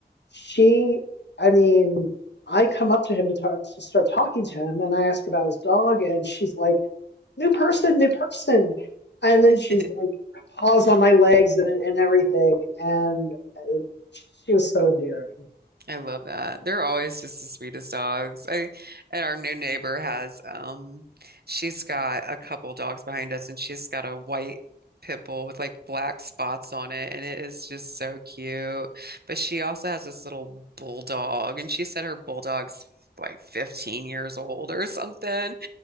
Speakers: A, on the left (about 85°); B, on the right (about 65°).
A: she, I mean, I come up to him to talk to start talking to him, and I ask about his dog, and she's like, "New person, new person," and then she's
B: <laughs>
A: like, paws on my legs and and everything, and uh, she was so endearing.
B: I love that. They're always just the sweetest dogs. I and our new neighbor has um she's got a couple dogs behind us and she's got a white pit bull with like black spots on it and it is just so cute. But she also has this little bulldog and she said her bulldog's like 15 years old or something.